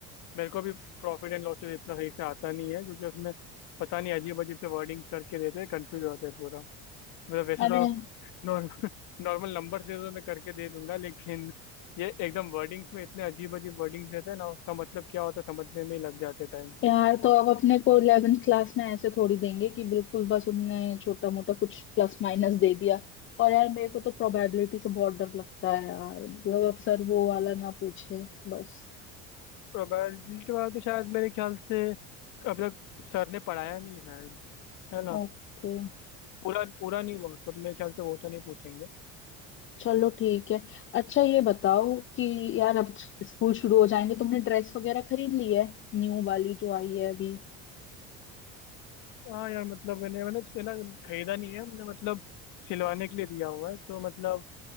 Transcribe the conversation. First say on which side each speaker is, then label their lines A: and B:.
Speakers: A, on the left; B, on the left.
A: मेरे को भी प्रॉफिट एंड लॉसेस इतना सही से आता नहीं है क्योंकि उसमें पता नहीं अजीब अजीब से वर्डिंग करके देते हैं कंफ्यूज होते हैं पूरा मतलब वैसे
B: अरे
A: तो नॉर्मल नॉर्मल नंबर दे दो मैं करके दे दूंगा लेकिन ये एकदम वर्डिंग्स में इतने अजीब अजीब वर्डिंग्स देते हैं ना उसका मतलब क्या होता है समझने में ही लग जाते टाइम पे
B: यार तो अब अपने को 11th क्लास में ऐसे थोड़ी देंगे कि बिल्कुल बस उनने छोटा मोटा कुछ प्लस माइनस दे दिया और यार मेरे को तो प्रोबेबिलिटी से बहुत डर लगता है यार मतलब अब सर वो वाला ना पूछे बस
A: प्रोबेबिलिटी वाला तो शायद मेरे ख्याल से अब तक सर ने पढ़ाया नहीं है शायद, है ना
B: ओके
A: पूरा पूरा नहीं हुआ उसका तो मेरे ख्याल से वो तो नहीं पूछेंगे
B: चलो ठीक है अच्छा ये बताओ कि यार अब स्कूल शुरू हो जाएंगे तुमने ड्रेस वगैरह खरीद ली है न्यू वाली जो आई है अभी
A: हाँ यार मतलब मैंने मैंने से ना खरीदा नहीं है हमने मतलब सिलवाने के लिए दिया हुआ है तो मतलब